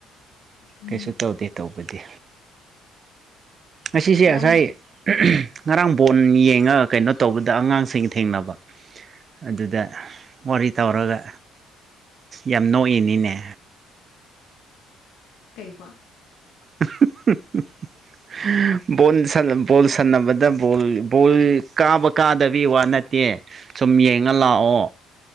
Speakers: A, on the left; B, on the right.
A: ꯎꯝ
B: ꯀꯩꯁꯨ ꯇꯧꯗꯦ ꯇꯧꯕꯗꯤ ꯑꯁꯤꯁꯦ
A: ꯉꯔꯥꯡ
B: ꯑꯁꯥꯏ <unintelligible> ꯉꯔꯥꯡ ꯕꯣꯟ ꯌꯦꯡꯉ ꯀꯩꯅꯣ ꯇꯧꯕꯗ ꯑꯉꯥꯡꯁꯤꯡ ꯊꯦꯡꯅꯕ ꯑꯗꯨꯗ ꯋꯥꯔꯤ ꯇꯧꯔꯒ ꯌꯥꯝ ꯅꯣꯛꯏꯅꯤꯅꯦ
A: ꯀꯩꯕꯣ
B: <unintelligible> ꯕꯣꯟ ꯁꯥꯅꯕ ꯕꯣꯜ ꯁꯥꯟꯅꯕꯗ ꯕꯣꯜ ꯕꯣꯜ ꯀꯥꯕ ꯀꯥꯗꯕꯤ ꯋꯥ ꯅꯠꯇꯦ ꯨꯌꯦ ꯁꯨꯝ ꯌꯦꯡꯉ ꯂꯛꯑꯣ